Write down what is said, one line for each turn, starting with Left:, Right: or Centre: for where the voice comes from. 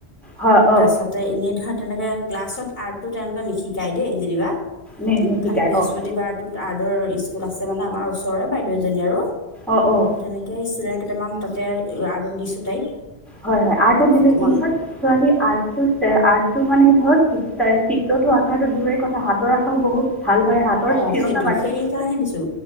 Centre: হয়
Left: তাৰছতে
Centre: অঁ
Left: এনেই ধৰা তেনেকে ক্লাছত আৰ্টটো তেওঁলোকে নিশিকায় দেই যেনিবা
Centre: নিশিকায়
Left: খালি বৃহস্পতি
Centre: অঁ
Left: বাৰ টোত আৰ্টৰ ইচ স্কুল আছে মানে আমাৰ ওচৰৰে বাইউেও এজনী আৰু
Centre: অঁ অঁ
Left: তেনেকেই কেইটামান তাতে আৰ্টত দিছোঁ তাইক
Centre: হয় হয় আৰ্টত দিলে
Left: অকণমান
Centre: কি হয় ছোৱালী আৰ্ট টো চে আৰ্ট টো মানে চিত্ৰ টো অঁকাটো দূৰৰেই কথা হাতৰ আখৰও বহুত ভাল হয় হাতৰ
Left: অঁ
Centre: স্থিৰতা
Left: সেইটো
Centre: বাঢ়ে
Left: সেইকাৰণেহে দিছোঁ